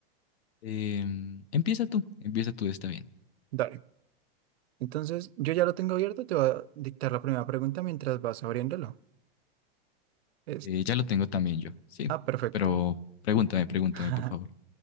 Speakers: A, on the left; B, on the right.
A: Em, empieza tú, empieza tú, está bien.
B: Dale. Entonces, yo ya lo tengo abierto, te voy a dictar la primera pregunta mientras vas abriéndolo. Es,
A: Eh, ya lo tengo también yo, sí,
B: ah, perfecto.
A: pero pregúntame, pregúntame,
B: <laughs>
A: por favor.